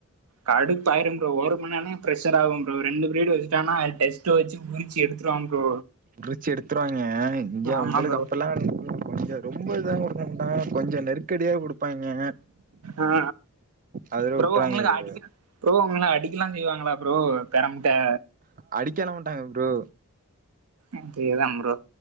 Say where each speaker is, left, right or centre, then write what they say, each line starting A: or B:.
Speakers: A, on the right (about 90°); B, on the right (about 40°).
A: கடுப் பாயிரும் ப்ரோ ஒரு மண் நேனே பிரஷராகும் ப்ரோ ரெண்டு பிரீடு வச்சுட்டானா டெஸ்ட்டு வச்சி வுரிச்சி எடுத்துருவாம் ப்ரோ
B: உருச்சி எடுத்துருவாய்ங்க இங்க அவ்ளக்கு
A: ஆமா ப்ரோ
B: அப்பலா <unintelligible> கொஞ்சோ ரொம்ப இதாங் குடுக்க மாட்டாங்க கொஞ்சோ நெருக்கடியா குடுப் ப்பாய்ங்கங்க
A: ஆ
B: அதுல
A: ப்ரோ
B: வுட்றாய்ங்க
A: உங்களுக்கு
B: ப்ரோ
A: அடிக்க ப்ரோ உங்ள அடிக்கலாஞ் செய்வாங்களா ப்ரோ பெறம்த்தே
B: அடிக்கலாம் மாட்டாங்க ப்ரோ
A: அப்பியேதாம் ப்ரோ